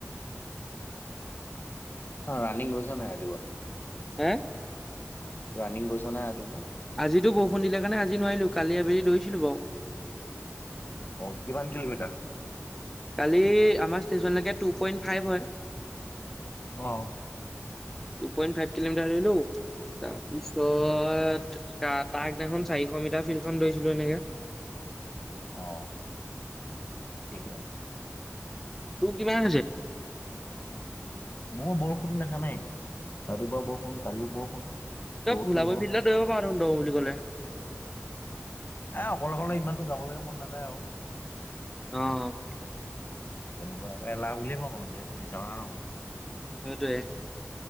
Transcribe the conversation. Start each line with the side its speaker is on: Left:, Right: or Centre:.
Left: ৰানিং গৈছা নে নাই ৰাতিপুৱা?
Centre: হা?
Left: ৰানিং গৈছা নে নাই ৰাতিপুৱা?
Centre: আজিটো বৰষুণ দিলে কাৰনে আজি নোৱাৰিলো কালী আবেলি দৌৰিছিলো বাৰু।
Left: অ', কিমান কিলোমিটাৰ?
Centre: কালি আমাৰ ষ্টেচনলৈকে টু পইন্ট ফাইভ হয়।
Left: অ',
Centre: টু পইণ্ট ফাইভ কিলমিটাৰ দৌৰিলো। তাৰপিছত তাক দেখোন চাৰিশ মিটাৰ ফিল্ডখন দৌৰিছিলো এনেকা
Left: অ', ঠিকে আছে।
Centre: তোৰ কিমান আছে?
Left: মোৰ বৰষুণ দেখা নাই ৰাতিপুৱা বৰষুণ কালিও বৰষুণ। পৰহিও
Centre: তই ভলীবল
Left: বৰষুণ
Centre: ফিল্ডত দৌৰিব পাৰ দেখোন দৌৰু বুলি কলে।
Left: এ অকলে অকলে ইমান দূৰ যাবলৈকে মন নাযায় আৰু।
Centre: অ'।
Left: তেনেকুৱা আৰু এলাহ বুলি এ কম আৰু এতিয়া এতিয়া মিছা নহওঁ।
Centre: সেইটোৱেই।